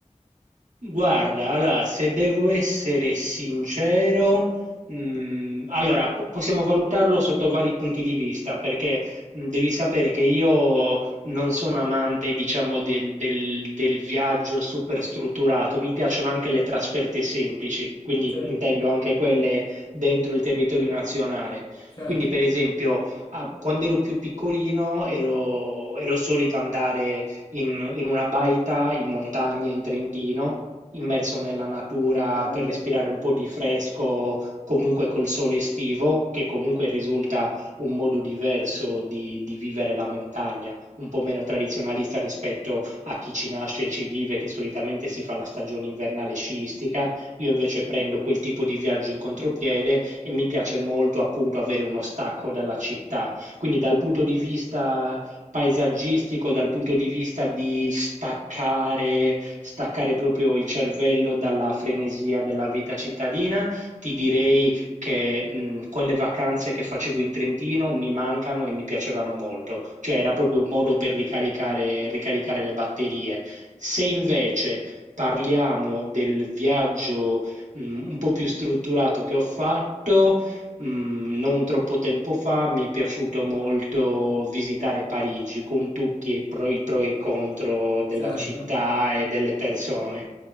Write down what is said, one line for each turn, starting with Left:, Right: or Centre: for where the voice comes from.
Right: Guarda, allora, se devo essere sincero, mh, allora po- possiamo valutarlo sotto vari punti di vista, perché mh, devi sapere che io non sono amante, diciamo, del, del- del viaggio super strutturato, mi piacciono anche le trasferte semplici, quindi
Left: Sì,
Right: intendo anche quelle dentro il territorio nazionale.
Left: certo,
Right: Quindi, per esempio, ah, quando ero più piccolino ero, ero solito andare in in una baita in montagna in Trentino immerso nella natura
Left: bello,
Right: per respirare un po' di fresco, comunque col sole estivo, che comunque risulta un modo diverso di, di vivere la montagna, un po' meno tradizionalista rispetto a chi ci nasce e ci vive, che solitamente si fa la stagione invernale sciistica. Io invece prendo quel tipo di viaggio in contropiede e mi piace molto appunto avere uno stacco dalla città. Quindi dal punto di vista paesaggistico dal punto di vista di staccare, staccare proprio il cervello dalla frenesia della vita cittadina, ti direi che mh, quelle vacanze che facevo in Trentino mi mancano e mi piacevano molto, cioè era proprio un modo per ricaricare, ricaricare le batterie. Se invece parliamo del viaggio mh, un po' più strutturato che ho fatto, Mm, non troppo tempo fa mi è piaciuto molto visitare Parigi con tutti i pro, i pro e i contro della
Left: certo.
Right: città e delle persone.